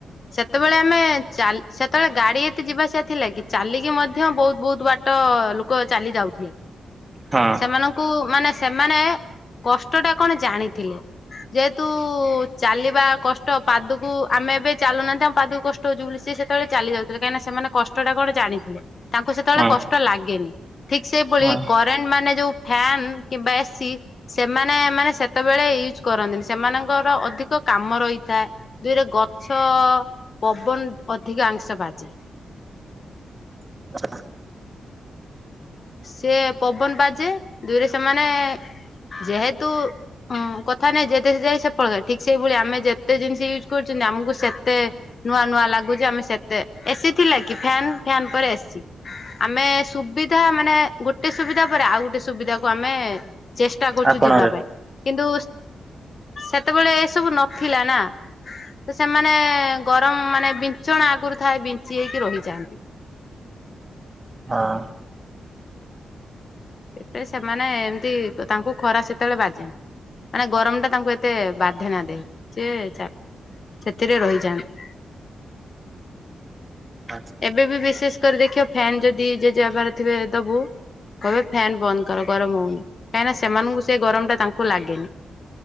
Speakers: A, on the left (about 50°); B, on the right (about 25°).
A: ସେତେବେଳେ ଆମେ ଚା ସେତେବେଳେ ଗାଡି ଏତେ ଯିବା ଆସିବା ଥିଲା କି ଚାଲିକି ମଧ୍ୟ ବହୁତ ବହୁତ ବାଟ ଛଟ ଲୋକ ଚାଲି ଯାଉଥିଲେ
B: ହଁ
A: ସେମାନଙ୍କୁ କୁ ମାନେ ସେମାନେ କଷ୍ଟ ଟା କଣ ଜାଣିଥିଲେ। ଯେହେତୁ ଚାଲିବା କଷ୍ଟ ପାଦୁ ଆମେ ଏବେ ଚାଲୁନାହାନ୍ତି ଆମ ପାଦକୁ କଷ୍ଟ ହଉ ବୋଲି ସେତେବେଳେ ଚାଲି ଯାଉଥିଲେ କାଁହିକି ନା ସେମାନେ କଷ୍ଟଟା କଣ ଜାଣି ଥିଲେ ତାଙ୍କୁ ସେତେବେଳେ
B: ହଁ
A: କଷ୍ଟ ଲାଗେନି ଠିକ ସେଭଳି
B: ହଁ
A: ଫେଣ୍ଡ ମାନେ ଯୋଉ ଫ୍ୟାନ କିମ୍ବା ଏସି ସେମାନେ ମାନେ ସେତେବେଳେ ୟୁଜ କରନ୍ତିନି ସେମାନଙ୍କର ଅଧିକ କାମ ରହିଥାଏ। ଦୁଇରେ ଗଛ ପବନ ଅଧିକ ଅଧିକାଂଶ ବାଜେ
B: <unintelligible>
A: ସେ ପବନ ବାଜେ ଦୁଇରେ ସେମାନେ ଯେହେତୁ ହଁ କଥା ନାଇଁ ଯେ ଦେଶ ଯାଇ ସେ ଫଳ ଖାଇ ଠିକ ସେଇଭଳିଆ ଆମେ ଯେତେ ଜିନିଷ ୟୁଜ୍ କରୁଛନ୍ତି ଆମକୁ ସେତେ ନୂଆ ନୂଆ ଲାଗୁଛି ଆମେ ସେତେ ଏସି ଥିଲା କି ଫ୍ୟନ୍ ଫ୍ୟାନ ପରେ ଏସି ଆମେ ସୁବି ଯହା ମାନେ ଗୋଟେ ସୁବିଧା ପରେ ଆଉ ଗୋଟେ ସୁବିଧାକୁ ଆମେ ଚେଷ୍ଟା କରୁଛୁ
B: ଆପଣରେ
A: ଯିବା ପାଇଁ କିନ୍ତୁ ସେତେବେଳେ ଏ ସବୁ ନଥିଲା ନା। ତ ସେମାନେ ଗରମ ମାନେ ବିଞ୍ଚଣା ଆଗରୁ ଥାଏ ବିଞ୍ଚି ହେଇକି ରହିଯାଆନ୍ତି।
B: ହଁ
A: ସେଥି ସେମାନେ ଏମିତି ତାଙ୍କୁ ଖରା ସେତେବେଳେ ବାଜେନି। ମାନେ ଗରମଟା ତାଙ୍କୁ ଏତେ ବାଧେନା ଦେହକୁ ସିଏ ଚା ସେଥିରେ ରହିଯାଆନ୍ତି।
B: ଆଛ୍
A: ଏବେ ବି ବିଶେଷ କରି ଦେଖିବ ଫ୍ୟନ୍ ଯଦି ଜେଜେବାପାର ଥିବେ ଦୋବୁ କହିବେ ଫ୍ୟାନ୍ ବନ୍ଦ କର ଗରମ ହୋଉନି କାହିଁକିନା ସେମାନଙ୍କୁ ସେ ଗରମଟା ତାଙ୍କୁ ଲାଗେନି।